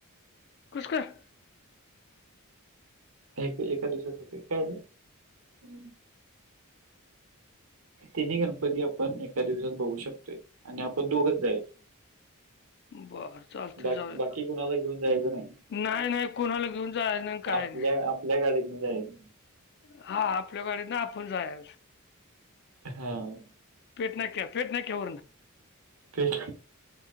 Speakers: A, on the left; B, on the right.
A: कसं कायं?
B: एक एका दिवसात होतयं, काय ना तिन्ही गणपती आपण एका दिवसात बघू शकतोय, आणि आपण दोघच जायाच
A: बरं चालतयं,
B: बा
A: जाउ या.
B: बाकी कुणाला घेऊन जायचं नाही.
A: नाय नाय, कोणाला घेऊन जायज नाय काय
B: आपल्या
A: नाय.
B: आपल्या गाडीतंन जायंच.
A: हा, आपल्या गाडीतनं आपण जायाच.
B: हां.
A: पेट नाक्या पेट नाक्यावरनं.
B: पेट